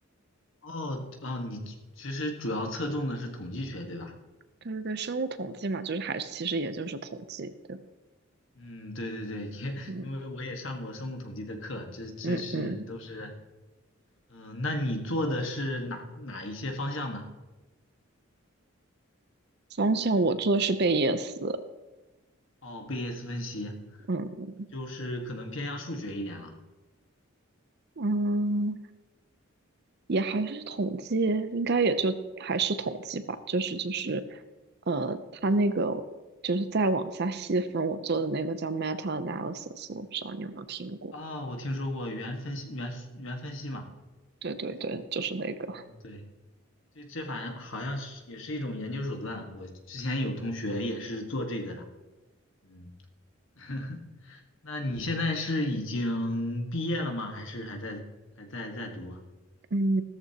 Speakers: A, on the left; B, on the right.
A: 哦哦，你其实主要侧重的是统计学，对吧？
B: 对对对，生物统计嘛，就是还是其实也就是统计，对吧？
A: 嗯，对对对，因因为我也上过生物统计的课，
B: 嗯
A: 这这是都是，
B: 嗯嗯，
A: 嗯、那你做的是哪哪一些方向呢？
B: 方向我做的是贝叶斯，
A: 哦，贝叶斯分析，
B: 嗯
A: 就是可能偏向数学一点了。
B: 嗯，也还是统计，应该也就还是统计吧，就是就是，呃，它那个就是再往下细分，我做的那个叫 meta analysis，我不知道你有没有听过。
A: 啊、我听说过原分析原原分析嘛。
B: 对对对，就是那个。
A: 嗯，对。这这反正好像是也是一种研究手段，我之前有同学也是做这个的。嗯，<laughs> 那你现在是已经毕业了吗？还是还在还在在读啊
B: 嗯，